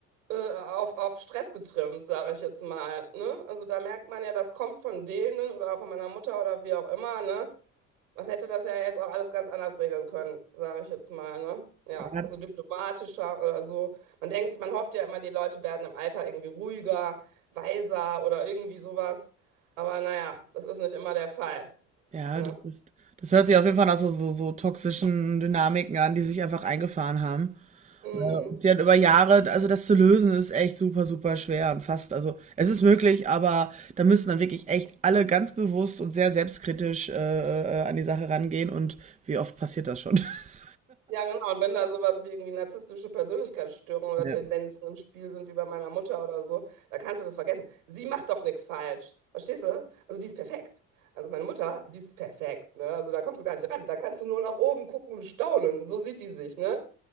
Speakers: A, on the right; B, on the right.
A: äh, auf, auf Stress getrimmt, sage ich jetzt mal, ne? Also da merkt man ja, das kommt von denen oder von meiner Mutter oder wie auch immer, ne? Was hätte das ja jetzt auch alles ganz anders regeln können, sage ich jetzt mal, ne? Ja,
B: Ja,
A: also diplomatischer oder so. Man denkt, man hofft ja immer, die Leute werden im Alter irgendwie ruhiger, weiser oder irgendwie sowas. Aber naja, das ist nicht immer der Fall,
B: Ja,
A: ne?
B: das ist, das hört sich auf jeden Fall nach so, so, so toxischen Dynamiken an, die sich einfach eingefahren haben.
A: Mm.
B: Ne, und Die dann über Jahre, also das zu lösen, ist echt super, super schwer und fast, also es ist möglich, aber da müssen dann wirklich echt alle ganz bewusst und sehr selbstkritisch äh, äh, an die Sache rangehen und wie oft passiert das schon? <laughs>
A: Ja, genau. Und wenn da sowas wie irgendwie narzisstische Persönlichkeitsstörungen oder
B: Ja.
A: Tendenzen im Spiel sind, wie bei meiner Mutter oder so, da kannst du das vergessen. Sie macht doch nichts falsch. Verstehst du? Also die ist perfekt. Also meine Mutter, die ist perfekt, ne? Also da kommst du gar nicht ran. Da kannst du nur nach oben gucken und staunen. So sieht die sich, ne?